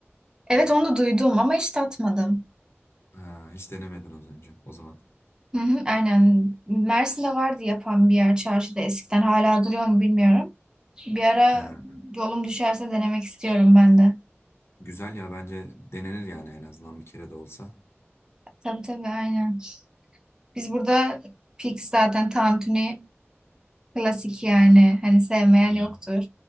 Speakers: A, on the right; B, on the left.
A: Evet onu da duydum ama hiç tatmadım.
B: ha, hiç denemedin az önce o zaman.
A: Hı hı, aynen. Mersin'de vardı yapan bir yer çarşıda eskiden. Hala duruyor mu bilmiyorum. Bir ara
B: Ha,
A: yolum düşerse denemek istiyorum ben de.
B: Güzel ya bence denenir yani en azından bir kere de olsa.
A: Tabii tabii aynen. Biz burada fix zaten tantuni klasik yani. Hani sevmeyen
B: Hmm.
A: yoktur.